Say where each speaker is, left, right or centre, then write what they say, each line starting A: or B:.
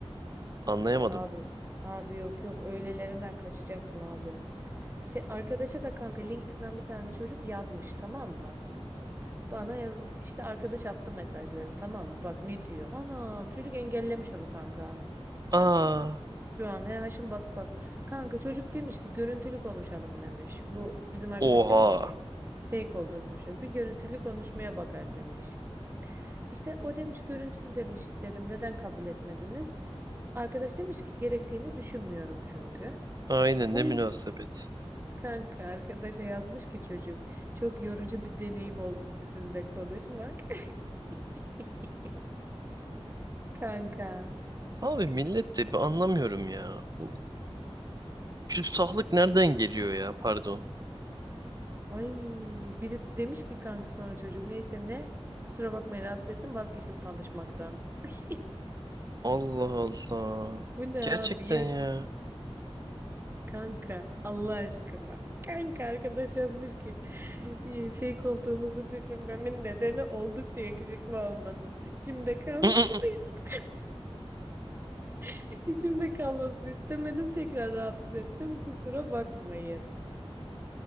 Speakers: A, on the right; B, on the right.
A: anlayamadım.
B: Abi abi yok yok öylelerinden kaçacaksın abi. İşte arkadaşa da kanka LinkedIn'den bir tane çocuk yazmış tamam mı? Bana yaz işte arkadaş attı mesajları tamam mı? Bak ne diyor? Anam çocuk engellemiş onu kanka.
A: Aa
B: Şu an he Haşim bak bak. Kanka çocuk demiş ki görüntülü konuşalım demiş. Bu bizim arkadaş
A: oha.
B: demiş ki fake olduğunuzu düşünüyorum. Bir görüntülü konuşmaya bakar demiş. İşte o demiş görüntülü demiş dedim neden kabul etmediniz? Arkadaş demiş ki gerektiğini düşünmüyorum çünkü.
A: Aynen
B: Oy
A: ne münasebet.
B: kanka arkadaşa yazmış ki çocuk çok yorucu bir deneyim oldu sizinle konuşmak. <laughs> Kanka.
A: Abi millet de ben anlamıyorum ya. Bu küstahlık nereden geliyor ya pardon.
B: Ay biri demiş ki kanka sonra çocuk neyse ne kusura bakmayın rahatsız ettim vazgeçtim tanışmaktan. <laughs>
A: Allah Allah.
B: Bu ne
A: Gerçekten
B: abi iyi akşam.
A: ya.
B: Kanka Allah aşkına. Kanka arkadaş yazmış ki "İyi, fake olduğunuzu düşünmemin nedeni oldukça yakışıklı olmanız. İçimde kalmasını
A: <laughs>
B: istedim. <laughs> İçimde kalmasını istemedim tekrar rahatsız ettim kusura bakmayın.